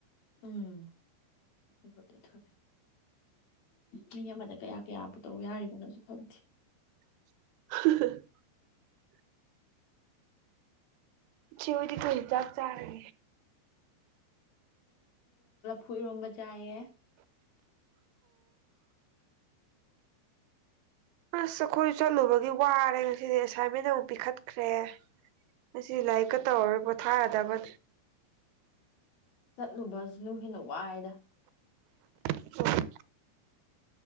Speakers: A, on the left; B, on the right.
A: ꯎꯝ ꯑꯗꯨꯕꯨꯗꯤ ꯊꯣꯛ ꯃꯤ ꯑꯃꯗ ꯀꯌꯥ ꯀꯌꯥ ꯄꯨ ꯇꯧ ꯌꯥꯔꯤꯕꯅꯣ ꯍꯧ
B: <inaudible> ꯦꯕꯗꯤ ꯀ ꯍ ꯆꯥꯛ ꯆꯔꯦ
A: ꯐꯨꯏꯔꯣꯝꯕ ꯆꯥꯏꯌꯦ
B: ꯑꯣ ꯑꯁ ꯑꯩꯈꯣꯏ ꯆꯠꯂꯨꯕꯒꯤ ꯋꯥꯔꯦ ꯉꯁꯤꯗꯤ ꯑꯦꯁꯥꯏꯟꯃꯦꯟ ꯑꯃꯨꯛ ꯄꯤꯈꯠꯈ꯭ꯔꯦ ꯑꯁꯤ ꯂꯥꯏꯀ ꯇꯔ ꯊꯥ ꯇ ꯐ
A: ꯆꯠꯂꯨꯕ ꯁꯤꯅꯅꯨꯡ ꯍꯦꯟꯅ ꯋꯥꯏꯑꯗ
B: ꯑꯣ